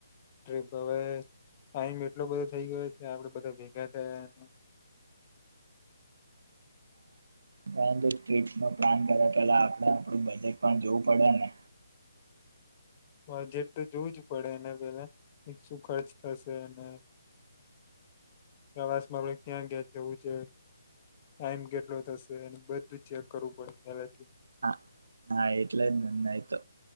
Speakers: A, on the left (about 20°); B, on the right (about 65°).
A: ટ્રિપ હવે ટાઈમ એટલો બધો થઈ ગયો છે આપણેે બધા ભેગા થયા એનો.
B: હા તો ટ્રીપનો પ્લાન કર્યા પેલા આપણે આપણું બજેટ પણ જોવું પડે ને.
A: બજેટ તો જોવું જ પડે એને પેલા શું ખર્ચ થશે અને પ્રવાસમાં આપણે ક્યાં-ક્યાં જવું છે, ટાઈમ કેટલો થશે અને બધું ચેક કરવું પડે પહેલેથી જ.
B: હા, હા એટલે જ ને નહીં તો